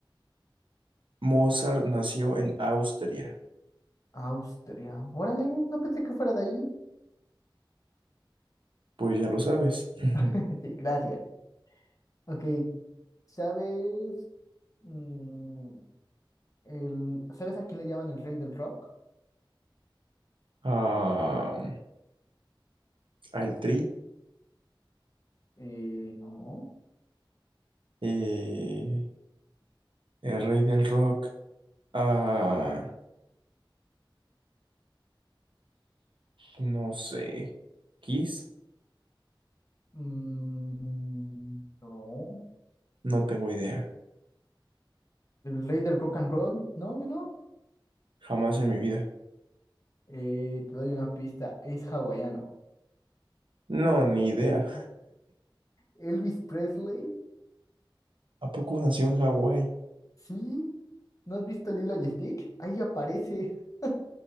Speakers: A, on the right; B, on the left.
A: Mozart nació en Austria.
B: Austria. Órale, no pensé que fuera de ahí.
A: Pues ya lo sabes. <laughs>
B: <laughs> Sí, gracias. Ok, ¿sabes? mm, el, ¿sabes a quién le llaman el rey del rock?
A: Ah, al Tri.
B: Eh, no.
A: eh, el rey del rock. Ah, no sé. Kiss.
B: Mm, no.
A: No tengo idea.
B: ¿El rey del rock and roll? No, no, no.
A: Jamás en mi vida.
B: Eh, te doy una pista, es hawaiano.
A: No, ni idea.
B: El- Elvis Presley,
A: ¿A poco nació en Hawái?
B: sí. ¿No has visto Lilo y Stitch? Ahí aparece. <laughs>